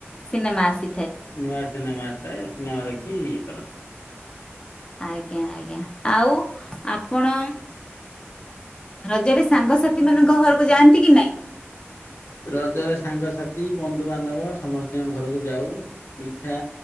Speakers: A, on the left (about 20°); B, on the left (about 70°).
A: ସିନେମା ଆସି
B: ନୂଆ ସିନେମା ଆସିଥାଏ ସିନେମା ଦେଖି ଇଏ କରନ୍ତି।
A: ଆଜ୍ଞା ଆଜ୍ଞା ଆଉ ଆପଣ? ରଜରେ ସାଙ୍ଗସାଥି ମାନଙ୍କ ଘରକୁ ଯାଆନ୍ତି କି ନାଇଁ?
B: ରଜରେ ସାଙ୍ଗସାଥି ବନ୍ଧୁବାନ୍ଧବ ସମସ୍ତିଙ୍କ ଘରକୁ ଯାଉ। ମିଠା